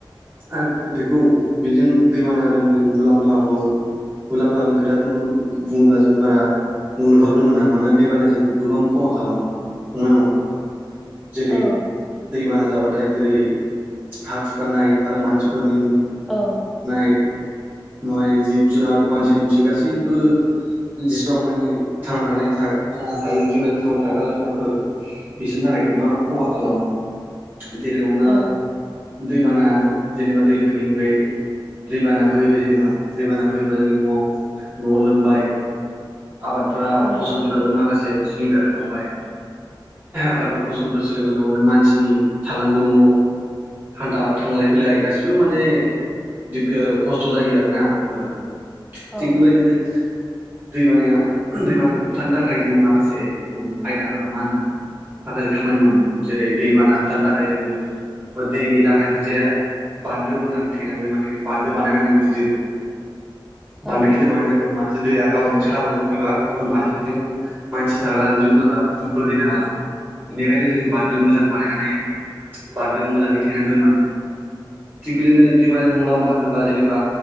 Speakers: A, on the right; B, in the centre.
A: आरो बेखौ बेजों दैबानादों जों मुलाम्फाखौ मुलाम्फानि खोथा बुङो बुङोब्ला जों बारा नुनहरनो मोना मानोना दैबानाय जोंखौ गोबां खहा खालामो नंगोना नङा? जेरै
B: औ
A: दैबाना जाबाथाय जेरै हा खुरखानाय आरो मानसिफोरनि
B: औ
A: मायि जिब जुनार मानसि दुमसि गासैबो जेसेबां मानि थांना थानायनि था थांना थायो जुनो थांना थाग्रा जुनारफोर बिसोरनि था खाय गोबां खहा खालामो जेरै हमना
B: औ
A: ला दै बाना जेनेबा दै बोहैबाय दैबाना बोहैबाय जेनेबा दैबाना बोहैबा जोंनि न'आव न'आव लोमबाय आबादफोरा
B: औ औ
A: फसलफोराबो माखासे सिलिंखार खालामबाय। आबादफोर फसलफोर सलिंखार खालामनाय मानसिनि थानांगौ न' हान्था थांलाय फैलाय गासिबो माने दिगो खस्थ' जायो आरोना बो
B: औ
A: थिग बेबायदिनो दैबानाया दैबानाखौ होबथानो थाखाय जोङो माखासे आयदा मा होनो आदार खामानि मावनांगोन जेरै दैबाना होबथानो थाखाय जोङो दैनि थाखाय मोनसे बान्दो मोजां थेनांगोन माने बान्दो बानायनांगोन गिदिर
B: औ
A: बान्दो गिदिर बानायनांगोन होनबासो दैया गावनो मोनसे लामाजों फैबा गुबुन फारसेफोरथिं मानसि थाग्रा जिब जुनार थाग्राफोरथिं बोहैनो हाला बेनिखायनो जोङो बान्दो मोजां बानायनानै बान्दों मोजाङै थेनांगोन माने थिग बिदिनो दैबानानि मुलाम्फा होनोबा जेनेबा